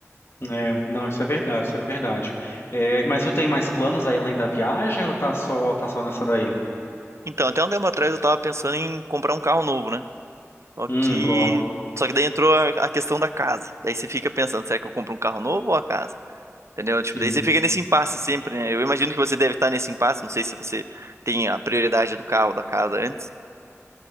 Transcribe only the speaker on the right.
Então, até um tempo atrás eu tava pensando em comprar um carro novo, né? Só
que,
só que daí entrou a a questão da casa. Daí você fica pensando, será que eu compro um carro novo ou a casa? Entendeu?
Tipo, daí você fica nesse impasse sempre, né? Eu imagino que você deve estar nesse impasse. Não sei se você tem a prioridade do carro, da casa antes.